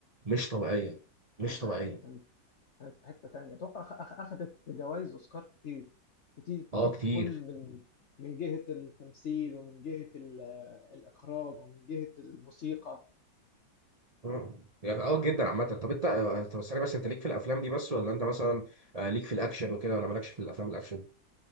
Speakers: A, on the right; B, on the left.
A: مش طبيعية مش
B: لا،
A: طبيعية
B: دي كانت كانت في حتة تانية اتوقع أخ- أخ- اخدت جوائز اوسكار كتير كتير كتير
A: اه كتير
B: في كل من من جهة التمثيل ومن جهة ال- الاخراج ومن جهة الموسيقى
A: مم. يعني اه جدا عامة طب انت آه، طب ثانية بس انت ليك في الافلام دي بس ولا انت مثلا آه، ليك في الاكشن وكده ولا مالكش في الافلام الاكشن؟